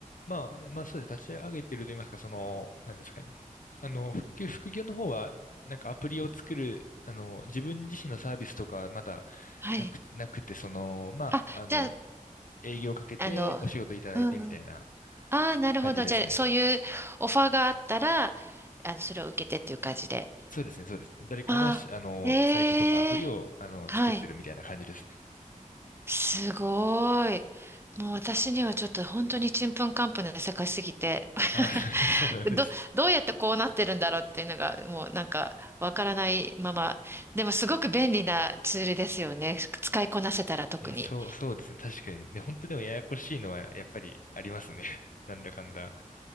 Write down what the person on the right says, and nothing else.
はい。
あ、
じゃあ、
あの、うんうん。ああ、なるほど。
じゃあ、そういうオファーがあったら、あの、それを受けてっていう感じで。
ああ、
ええ、
はい。
すごい。もう私にはちょっと本当にちんぷんかんぷんな世界すぎて、<laughs>
ど、どうやってこうなってるんだろうっていうのが、もうなんかわからないまま。でもすごく便利なツールですよね。使いこなせたら特に。